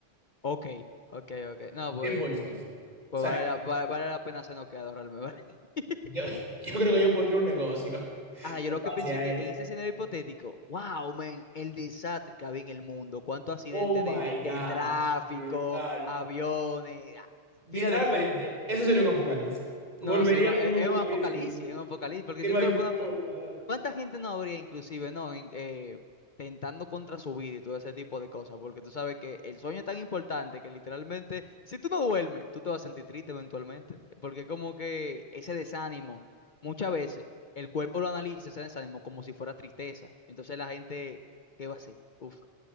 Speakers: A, on the left; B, on the right.
A: Ok, ok, ok. No, pues,
B: Es forzoso.
A: pues
B: O sea,
A: vale la, va- vale, la pena ser noqueado realmente. vale.
B: <laughs>
A: <laughs>
B: yo, yo creo que yo pondría un negocio <laughs>
A: Ah, yo
B: en
A: lo
B: base
A: que pienso
B: a
A: es que
B: esto.
A: en ese escenario hipotético, wow, man, el desastre que había en el mundo, cuántos accidentes
B: Oh my
A: de, de,
B: God.
A: de tráfico,
B: mi hermano.
A: aviones, ah,
B: Literalmente,
A: fila de,
B: eso sería un apocalipsis. Volveríamos
A: No, sí, una-
B: a
A: es
B: un
A: es
B: apocalipsis.
A: un apocalipsis,
B: viejo.
A: es un apocalipsis, porque
B: Que
A: si
B: no
A: tú te
B: hay
A: lo
B: forma,
A: pones, a pe-
B: loco.
A: ¿cuánta gente no habría inclusive, no, en- eh, tentando contra su vida y todo ese tipo de cosas? Porque tú sabes que el sueño es tan importante que literalmente, si tú no duermes, tú te vas a sentir triste eventualmente, porque como que ese desánimo, muchas veces el cuerpo lo analiza ese desánimo como si fuera tristeza, entonces la gente, ¿qué va a hacer? Uf,